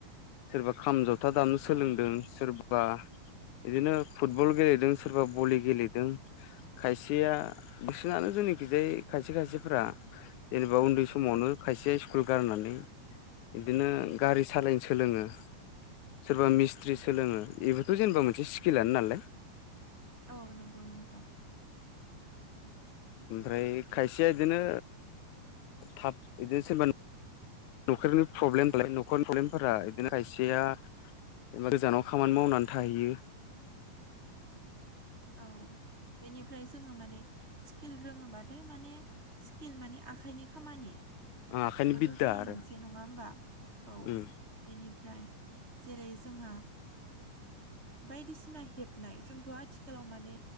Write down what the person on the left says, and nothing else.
सोरबा खाम, जथा दामनो सोलोंदों
सोरबा बिदिनो फुटबल गेलेदों सोरबा भलि गेलेदों खायसेया बिसिना जोंनिखिजाय खायसे खायसेफ्रा जेनेबा उनदै समावनो खायसेया स्कुल गारनानै बिदिनो गारि सालायनो सोलोङो सोरबा मिस्ट्रि सोलोङो बेबोथ' जेनेबा मोनसे स्किलानो नालाय
ओमफ्राय खायसेया बिदिनो थाब बिदिनो सोरबा न'खरनि प्रब्लेम दालाय <unintelligible> न'खरनि प्रब्लेमफोरा बिदिनो खायसेया जेनेबा गोजानाव खामानि मावनानै थाहैयो
आं आखाइनि
बिद्दा
आरो
उम